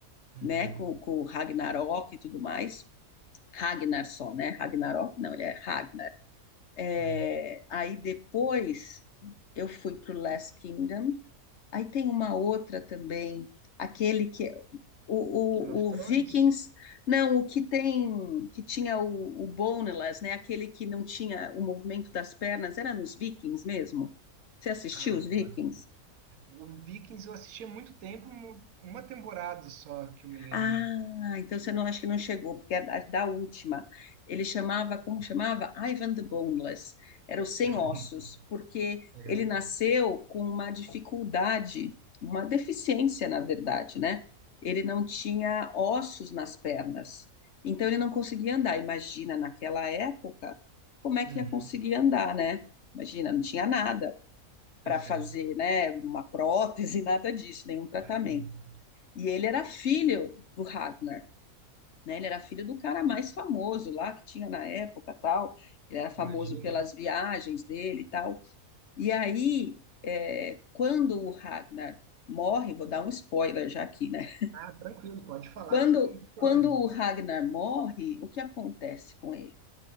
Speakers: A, on the right (about 75°); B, on the left (about 60°).
A: Uhum,
B: né, com, com Ragnarok e tudo mais. Ragnar só, né? Ragnarok, não, ele é Ragnar. É,
A: uhum.
B: aí depois eu fui para o Last Kingdom. Aí tem uma outra também, aquele que o,
A: Game of
B: o,
A: Thrones?
B: o Vikings, não, o que tem, que tinha o, o Boneless, né? Aquele que não tinha o movimento das pernas, era nos Vikings mesmo. Você assistiu
A: Ah, agora.
B: os Vikings?
A: O Vikings eu assisti há muito tempo, um- uma temporada só que eu me lembre.
B: Ah, então você não acha que não chegou, porque é da, é da última. Ele chamava, como chamava? Ivan the Boneless. Era o sem
A: <laughs>
B: ossos, porque
A: Legal,
B: ele nasceu com uma dificuldade, uma deficiência, na verdade, né? Ele não tinha ossos nas pernas. Então ele não conseguia andar. Imagina, naquela época, como é que
A: Uhum,
B: ia conseguir andar, né? Imagina, não tinha nada para
A: perfeito.
B: fazer, né? Uma prótese, <laughs> nada disso, nenhum tratamento.
A: uhum,
B: E ele era filho do Ragnar né? Ele era filho do cara mais famoso lá que tinha na época, tal. Ele era famoso
A: Imagina.
B: pelas viagens dele e tal. E aí, é, quando o Ragnar morre, vou dar um spoiler já aqui, né?
A: Ah, tranquilo, pode falar
B: Quando
A: que não tem problema.
B: quando o Ragnar morre, o que acontece com ele?